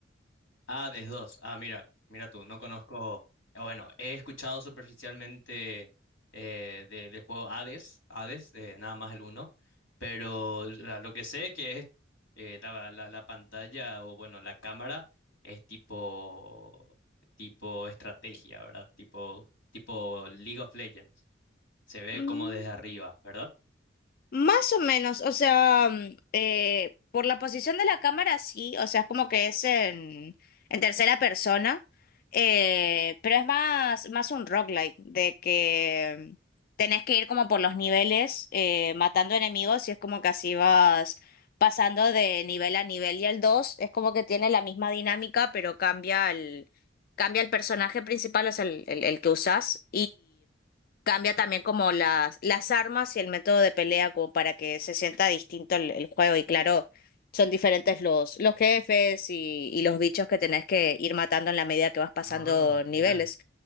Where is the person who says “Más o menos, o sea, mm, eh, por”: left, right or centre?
Left